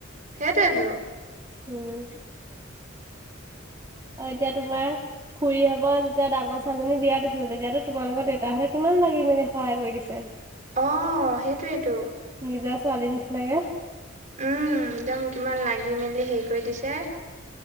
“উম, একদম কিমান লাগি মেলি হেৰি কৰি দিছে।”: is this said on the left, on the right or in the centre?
Right